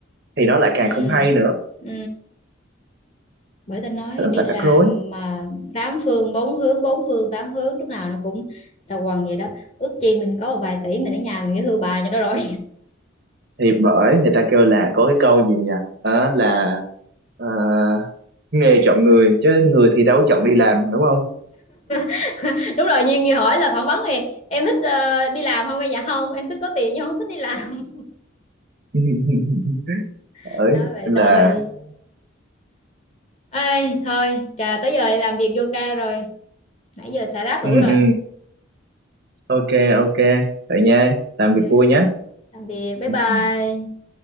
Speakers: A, on the right; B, on the left.
A: thì nó lại
B: ừ
A: càng không hay nữa
B: ừ bởi ta nói
A: nó rất
B: đi
A: là
B: làm
A: rắc rối
B: mà tám phương bốn hướng bốn phương tám hướng lúc nào nó cũng xà quần vậy đó ước chi mình có một vài tỷ mình ở nhà mình nghỉ hưu bà cho nó rồi
A: thì bởi người ta kêu là có cái câu gì nhỉ Đó là ờ, nghề chọn người chứ người thì đâu có chọn đi làm đúng không
B: <laughs> đúng rồi Duyên như hỏi là phỏng vấn thì em thích ờ, đi làm không dạ không em thích có tiền nhưng không thích đi làm
A: <laughs>
B: <laughs>
A: ấy
B: nói vậy
A: là
B: thôi Ê, thôi trà tới giờ làm việc vô ca rồi nãy giờ xả rác đủ
A: ừ
B: rồi
A: ừ ok ok vậy nha làm
B: ok
A: việc vui nhé
B: tạm biệt bye
A: Ừ,
B: bye
A: ừ.